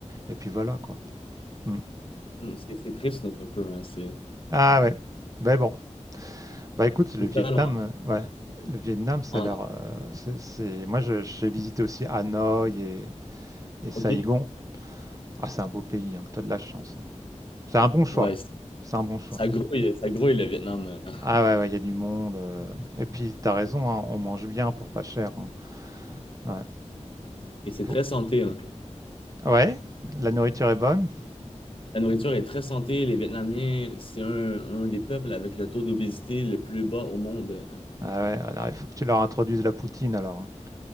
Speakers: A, on the right (about 25°); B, on the left (about 45°).
A: et puis voilà, quoi. Hmm.
B: Mm, C'est c'est triste un peu, hein, C'est
A: Ah ouais. Ben bon. Bah écoute, le
B: c'est
A: Vietnam,
B: ça, là.
A: euh, ouais, le Vietnam, ça
B: En-
A: a l'air. euh, c'est, c'est- Moi, je- j'ai visité aussi Hanoï et, et
B: OK.
A: Saigon. Ah, c'est un beau pays, hein. T'as de la chance. hein. C'est un bon choix.
B: Ouais, ça
A: C'est un bon choix.
B: ça grouille, ça grouille le Vietnam. euh.
A: Ah ouais, ouais, il y a du monde. euh. Et puis, t'as raison, hein, on mange bien pour pas cher. hein. Ouais.
B: Et c'est
A: Faut-
B: très santé, hein.
A: Ouais, la nourriture est bonne.
B: La nourriture est très santé. Les Vietnamiens, c'est un, un des peuples avec le taux d'obésité le plus bas au monde.
A: Ah ouais, alors il faut que tu leur introduises la poutine alors. hein.